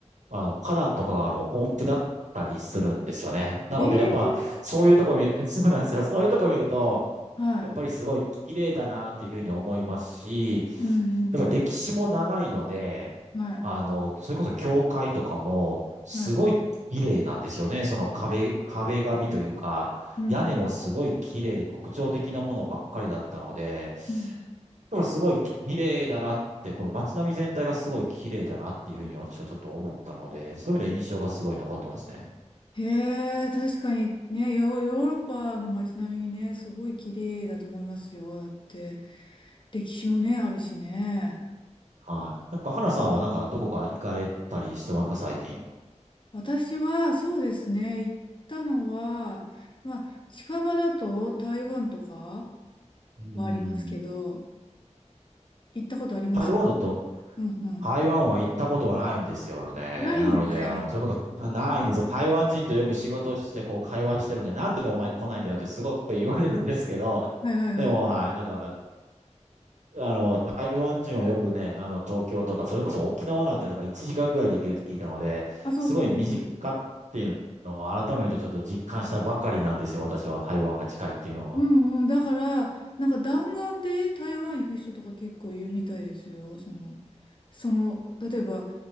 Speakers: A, on the right (about 80°); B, on the left (about 40°).
A: あの、花壇とかがあの、音符だったりするんですよね。なのでやっぱ、
B: ええ
A: そういうとこ見る、<laughs> そうなんですよ。そういうとこ見ると、
B: はい。
A: やっぱりすごい綺麗だなっていうふうに思いますし、
B: うん
A: やっぱ歴史も長いので、
B: うん。はい。
A: あの、それこそ教会とかもすごい綺麗なんですよね。
B: はい。
A: その壁、壁紙というか、
B: うんうん。
A: 屋根もすごい綺麗で特徴的なものばっかりだったので、
B: うん
A: でもすごい綺麗だなって、この街並み全体がすごい綺麗だなっていうふうに私はちょっと思ったので、そういう意味で印象がすごい残ってますね。
B: へえ、確かにね、ヨー、ヨーロッパの街並みね、すごい綺麗だと思いますよ。だって、歴史もね、あるしね。
A: はい。なんか、花さんはなんかどこか行かれたりしてますか、最近。
B: 私は、そうですね、行ったのは、まあ、近場だと台湾とか
A: うーん。
B: はありますけど、行ったことあります。
A: 台湾だと、
B: うんうん。
A: 台湾は行ったことはないんですよね。
B: ないんですか
A: なので、あの、そういうことないんですよ。台湾人とよく仕事をして、こう、会話してるんで、なんでお前来ないんだよってすごい言われるんですけど、
B: <laughs> はいはいはい。
A: <laughs> でも、はい、なんか、あの、台湾人はよくね、あの、東京とか、それこそ沖縄なんてなんか1時間ぐらいで行けるって聞いたので、
B: あ、そうそうそうそう。
A: すごい身近っていうのを改めてちょっと実感したばかりなんですよ。私は台湾が近いっていうのは。
B: うんうん。だから、なんか弾丸で台湾行く人とか結構いるみたいですよ。その、その、例えば、